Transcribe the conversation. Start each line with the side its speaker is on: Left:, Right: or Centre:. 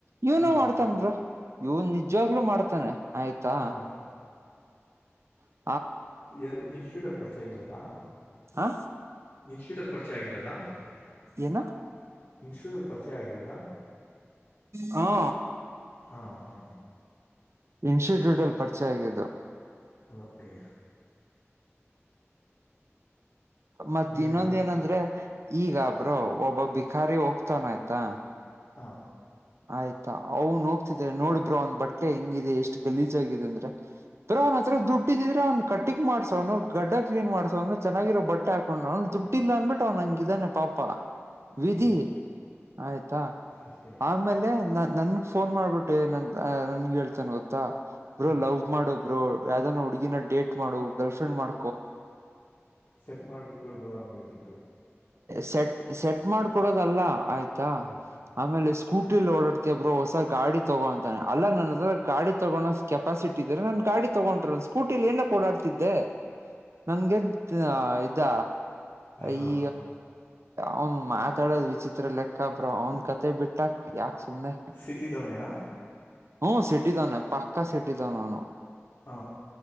Right: ಇವನ
Left: ಹ್ಞೂ
Right: ಮಾಡ್ತನ್ ಬ್ರ ಇವ್ನ್ ನಿಜವಾಗ್ಲುೂ ಮಾಡ್ತಾನೆ ಆಯ್ತಾ
Left: ಹಾಂ
Right: ಹಾ
Left: ಎ ಇನ್ಸ್ಟಿಟ್ಯೂಟ್ ಅಲ್ಲಿ ಪರಿಚಯ ಆಗಿರೋದಾ
Right: ಆ
Left: ಇನ್ಸ್ಟಿಟ್ಯೂಟ್ ಅಲ್ಲಿ ಪರಿಚ <unintelligible> ಹೆಚ್ಚ ಆಾಗಿಿರೋದಾ <unintelligible>
Right: ಏನ
Left: ಇನ್ಸ್ಟಿಟ್ಯೂಟಲ್ಲಿ ಪರಿಚಯ ಆಗಿರೋದಾ
Right: ಹಾ
Left: ಹಾ ಹಾ
Right: ಇನ್ಸ್ಟಿಟ್ಯೂಟ್ ಅಲ್ಲಿ ಪರಿಚೆ ಆಗಿದ್ದು
Left: ಓಕೆ
Right: ಮತ್
Left: ಇನ್ನೇನು
Right: ಇನ್ನೊಂದ
Left: ಬ್ರೋ
Right: ಏನಂದ್ರೆ ಈಗಬ್ರೋ ಒಬ್ಬೊ ಬಿಕಾರಿ ಹೋಗ್ತಾನ ಆಯ್ತಾ
Left: ಹಾ
Right: ಆಯ್ತಾ ಅವನ್ ಹೋಗ್ತಿದ್ರೆ ನೋಡ್ಬ್ರಾ ಒಂದ್ ಬಟ್ಟೆ ಹೆಂಗಿದೆ ಎಷ್ಟ್ ಗಲೀಜ ಆಾಗಿದೆ ಅಂದ್ರೆ ಬ್ರಾ ಅವ ಹತ್ರ ದುಡ್ಡಿದ್ರೆ ಅವ್ ಕಟ್ಟಿಂಗ್ ಮಾಡಸ ಅವನು ಗಡ್ಡ ಕ್ಲೀನ್ ಮಾಡಸವ್ನು ಚೆನ್ನಾಗಿರೋ ಬಟ್ಟೆ ಹಾಕೊಂಡ್ಡ್ಡಿಲ್ಲ ಅಂದನ್ಬಿಟ್ಟು ಅವ್ ನಂಗ ಇದ್ದಾನೆ ಪಾಪ ವಿಧಿ
Left: ಹ್ಞೂ
Right: ಆಯ್ತಾ
Left: ಅಷ್ಟೇ
Right: ಆಮೇಲೆ ನ ನನ್ಗ್ ಫೋನ್ ಮಾಡ್ಬಿಟ್ಟೆ ನನ್ ನನ್ಗೆ ಹೇಳ್ತೇನೆ ಗೊತ್ತಾ ಬ್ರೋ
Left: ಹ್ಞೂ
Right: ಲವ್ ಮಾಡೋಬ್ರು ಯಾವ್ದೋ ಹುಗಿನ ಡೇಟ್ ಮಾಡು ಗರ್ಲ್ಫ್ರಂಡ್ ಮಾಡ
Left: ಸೆಟ್ ಮಾಡ ಕೊಡ್ಬೋರ ಅನ್ಬೇಕಿತ್ತು
Right: ಸೆಟ್ ಸೆಟ್ ಮಾಡಕೊಡೋದಲ್ಲ ಆಯ್ತಾ
Left: ಹಾಂ
Right: ಆಮೇಲೆ ಸ್ಕೂ ಓಡಾಡ್ತಬ್ಬರು ಹೊಸ ಗಾಡಿ ತಗೋಂತಾನ ಅಲ್ಲ ನನ್ದ್ರ ಗಾಡಿ ತಗೊ ಕೆಪಾಸಿಟಿ ಇದ್ರೆ ನನ್ ಗಾಡಿ ತಗೊಂಡ್ರರುನ್ ಸ್ಕೂಟಿಲಿ ಏನ ಓಡಾಡ್ತಿದ್ದೆ ನನ್ಗೆನ್ ಇದ
Left: ಹಾ
Right: ಈ ಅವ್ನ್ ಮಾತಾಡೋದು ವಿಚಿತ್ರ ಲೆಕ್ಕ ಬ್ರೋ ಅವ್ನು ಕತೆ ಬಿಟ್ಟಾ ಯಾಕ ಸುಮ್ನೆ
Left: ಸಿಟಿದವನೇನಾ
Right: ಹ್ಮ ಸಿಟಿ ತನ ಪಾಕಾ ಸಿಟಿ ತ ನ ನ
Left: ಹಾ